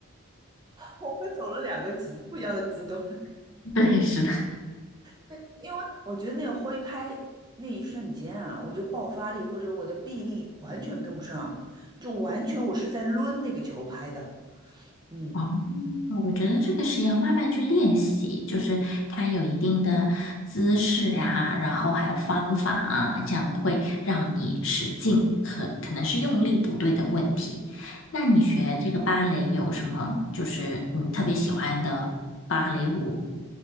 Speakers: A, on the right; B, on the left.
A: <laughs> 我们走了两个极不一样的极端，
B: <laughs> 对，是的。
A: <laughs> 因为我觉得那个挥拍那一瞬间啊，我就爆发力或者我的臂力完全跟不上，就完全我是在抡那个球拍的，嗯。
B: 哦，我觉得这个是要慢慢去练习，就是它有一定的姿势啊，然后还有方法啊，这样会让你使劲，可可能是用力不对的问题。那你嗯学这个芭蕾有什么，就是你特别喜欢的芭蕾舞